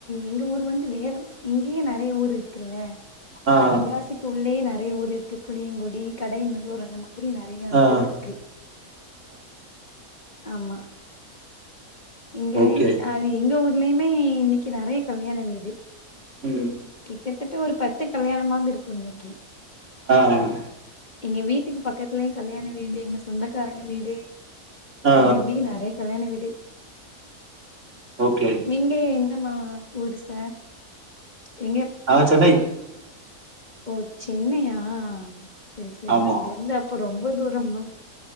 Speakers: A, on the left (about 35°); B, on the right (about 55°).
A: எங்க ஊர் வந்து வேறு இங்கேயே நிறைய ஊர் இருக்குல்ல
B: ஆ ஆ
A: தெனங்காசிக்கு உள்ளே நிறைய ஊர் இருக்கு புளியங்குடி கடையநல்லூர் அந்தமாரி நிறைய
B: ஆ
A: ஊர் இருக்கு ஆமா எங்க
B: ஓகே
A: அது எங்க ஊர்லயுமே இன்னைக்கு நிறைய கல்யாண வீடு
B: ம்
A: கிட்டத்தட்ட ஒரு பத்து கல்யாணமாவது இருக்கு இன்னைக்கு
B: ஆஹ்ஹ்
A: எங்க வீட்டுக்கு பக்கத்துலயும் கல்யாண வீடு எங்க சொந்தக்காரங்க வீடு
B: ஆ
A: அப்டி அப்டி நிறைய கல்யாண வீடு
B: ஓகே
A: நீங்க எந்த ஊரு சார் நீங்க
B: ஆ சென்னை
A: ஓ சென்னையா செரி செரி
B: ஆமா
A: இங்க இருந்து அப்புறம் ரொம்ப தூரம்ல